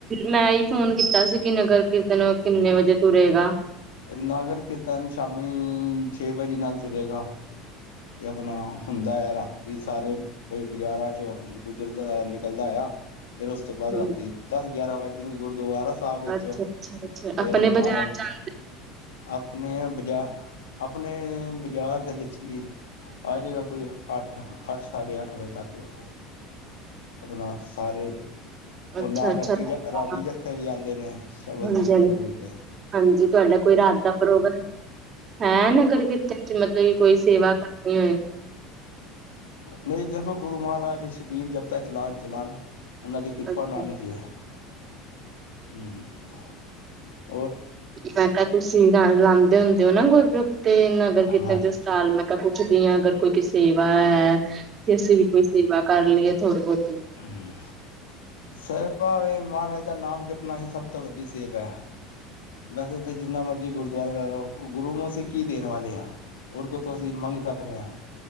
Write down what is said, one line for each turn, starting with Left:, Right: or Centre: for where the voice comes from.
Right: ਮੈਂ ਈ ਫੋਨ ਕੀਤਾ ਸੀ ਕਿ ਨਗਰ ਕੀਰਤਨ ਕਿੰਨੇ ਵਜੇ ਤੁਰੇਗਾ।
Left: ਨਾਗਰ ਕੀਰਤਨ ਸ਼ਾਮੀ ਛੇ ਵਜੇ ਨਾਲ ਤੁਰੇਗਾ। ਤੇ ਆਪਣਾ ਹੁੰਦੈ ਹੈ ਰਾਤੀ ਸਾਰੇ। ਬਈ ਬਾਜ਼ਾਰਾਂ ਚੋਂ ਹੰਜੀ ਗੁਜਰਦਾ ਨਿਕਲਦਾ ਐ। ਫੇਰ ਉਸ ਤੋਂ ਬਾਦ
Right: ਹਮ
Left: ਰਾਤੀ ਦਸ-ਗਿਆਰਾਂ ਵੱਜ ਜਾਂਣਗੇ ਗੁਰਦੁਆਾਰਾ। ਆਹ ਵਿੱਚ
Right: ਅੱਛਾ
Left: ਫੇਰ
Right: ਅੱਛਾ ਅੱਛਾ ਆਪਣੇ
Left: ਮਹਾਰਾਜ
Right: ਬਾਜ਼ਾਰ ਜਾਂਦੇ
Left: ਆਪਣੇ ਬਾਜ਼ਾਰ, ਆਪਣੇ ਬਾਜ਼ਾਰ ਦੇ ਵਿੱਚ ਵੀ ਆ ਜਾਏਗਾ ਕੋਈ ਅੱਠ, ਅੱਠ ਸਾਢੇ ਅੱਠ ਵਜੇ ਤੱਕ ਉਸ ਆਪਣਾ ਸਾਰੇ ਓਹ
Right: ਅੱਛਾ
Left: ਨਾਲ
Right: ਅੱਛਾ
Left: ਰਾਗੀ
Right: ਹਾਂਜੀ
Left: ਜ, ਰਾਗੀ ਜੱਥੇ ਵੀ ਆਂਦੇ ਨੇ ਸ਼ਬਦ
Right: ਹਾਂਜੀ
Left: ਕੀਰਤਨ ਬੋਲਦੇਂ।
Right: ਹਾਂਜੀ ਤੁਆਡਾ ਕੋਈ ਰਾਤ ਦਾ ਪ੍ਰੋਗਰਾਮ, ਹੈ ਨਗਰ ਕੀਰਤਨ ਚ ਮਤਲਬ ਕਿ ਕੋਈ ਸੇਵਾ ਕਰਨੀ ਹੋਏ।
Left: ਨਹੀਂ ਦੇਖੋ ਗੁਰੂ ਮਹਾਰਾਜ ਸ਼ਪੀਲ ਜਬ ਤੱਕ ਚਲਾਨ ਚਲਾਨਾ ਏ। ਉਹਨਾਂ ਦੀ ਕਿਰਪਾ
Right: ਅੱਛਾ
Left: ਨਾਲ ਹੀ ਹੈ। ਹੂ
Right: ਮੈਂ ਕਿਹਾ ਤੁਸੀਂ ਲ ਲਾਉਂਦੇ ਹੁੰਦੇ ਹੋ ਨਾ ਗੁਰਪ੍ਰੁਬ ਤੇ ਨਗਰ ਕੀਰਤਨ
Left: ਹਾਂ
Right: ਚ'। ਨਾ ਲਾਲ ਮੈਂ ਕਿਹਾ ਪੁੱਛਦੀ ਹਾਂ ਅਗਰ ਕੋਈ ਕੋਈ ਸੇਵਾ ਹੈ ਕਿ ਅਸੀਂ ਵੀ ਕੋਈ ਸੇਵਾ ਕਰ ਲਈਏ ਥੋੜੀ- ਬਹੁਤੀ।
Left: ਹੂ ਸਹਿਬਵੇ ਮਹਾਰਾਜ ਦਾ ਨਾਮ ਜਪਣਾ ਹੀ ਸਭ ਤੋਂ ਵੱਡੀ ਸੇਵਾ ਐ। ਵੈਸੇ ਜਿੰਨਾ ਮਰਜ਼ੀ ਗੁਰਦੁਆਰੇ ਲਾ ਲਓ ਗੁਰੂ ਨੂੰ ਅਸੀਂ ਕੀ ਦੇਣ ਵਾਲੇ ਆ। ਰ ਕੋਤੋਂ ਅਸੀਂ ਮੰਗ ਸਕਦੇ ਹਾਂ।